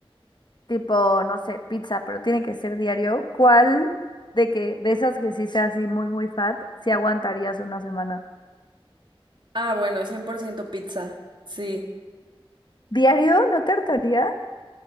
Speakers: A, on the left; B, on the right.
A: tipo, no sé, pizza, pero tiene que ser diario, ¿cuál de que de esas que sí sea así muy muy fat, si aguantarías una semana?
B: Ah, bueno, 100% pizza. Sí.
A: ¿Diario? ¿No te hartarías?